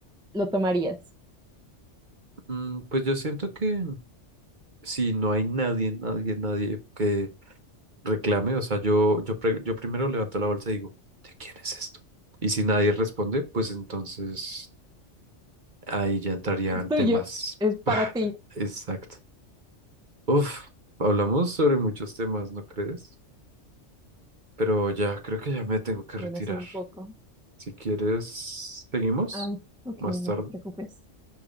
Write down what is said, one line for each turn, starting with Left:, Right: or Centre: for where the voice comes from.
Centre: lo tomarías.
Right: Mm, pues yo siento que si no hay nadie, nadie, nadie que reclame, o sea, yo, yo, pre- yo primero levanto la bolsa y digo, ¿de quién es esto? Y si nadie responde, pues entonces ahí ya entrarían
Centre: Es tuyo,
Right: temas.
Centre: es para
Right: <laughs>
Centre: ti.
Right: Exacto. Uf, hablamos sobre muchos temas, ¿no crees? Pero ya creo que ya me tengo que
Centre: Bueno,
Right: retirar.
Centre: sí, un poco.
Right: Si quieres, seguimos
Centre: Ay, ok,
Right: más
Centre: no
Right: tarde.
Centre: te preocupes.